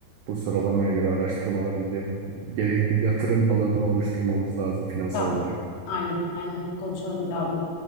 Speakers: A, on the right (about 80°); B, on the left (about 75°).
A: Bu sıralamaya göre araştırmalarımızı yapıp gerekli yatırım alanını oluşturmamız lazım finansal
B: Tamam.
A: olarak.
B: Aynen, aynen. Konuşalım bir daha bunu.